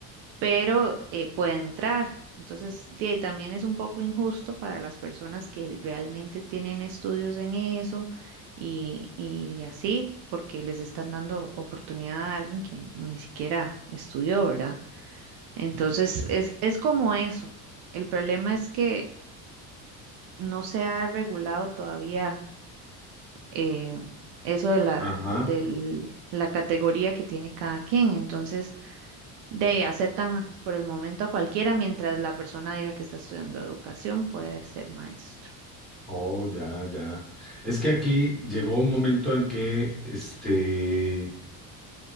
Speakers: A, on the right; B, in the centre.
A: pero eh, puede entrar. Entonces, de ahí también es un poco injusto para las personas que realmente tienen estudios en eso y, y así, porque les están dando oportunidad a alguien que ni siquiera estudió, ¿verdad? Entonces, es, es como eso. El problema es que no se ha regulado todavía eh, eso de la,
B: Ajá.
A: de la categoría que tiene cada quien. Entonces, De ahí, aceptan por el momento a cualquiera mientras la persona diga que está estudiando educación, puede ser maestro.
B: Oh, ya, ya. Es que aquí llegó un momento en que, este,